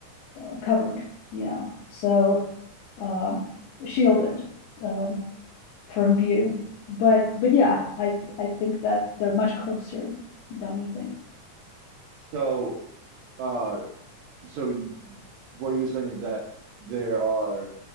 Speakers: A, on the left; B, on the right.
A: uh, covered, you know, so um, shielded um, from view. But but yeah, I I think that they're much closer than we think.
B: So uh so you, what you're saying is that there are